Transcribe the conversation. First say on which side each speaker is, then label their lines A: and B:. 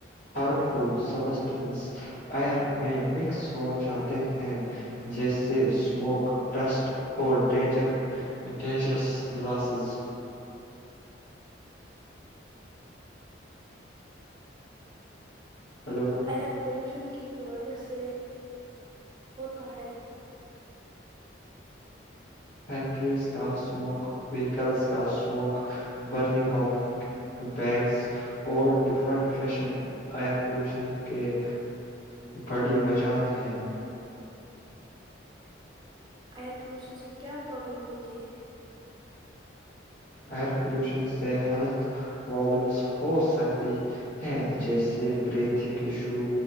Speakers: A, on the left; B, on the right.
A: ہارمفل سبسٹینس ایئر میں مکس سو جاتے ہیں جیسے اسموک ڈسٹ اور ڈینجر ڈینجرس گلاسز ہلو
B: ایئر پلیوشن کی وجہ سے ہوتا ہے
A: فیکٹریز کا اسموک وہیکلز کا اسموک برننگ آف بیگس اور ڈفٹریشن ایئر پولوشن کے بڑی وجہات ہیں
B: ایئر پلیوشن سے کیا پرابلم ہوتی ہے
A: ایئر پولوشن سے ہیلتھ پرابلمز ہو سکتی ہیں جیسے بریتھنگ ایشو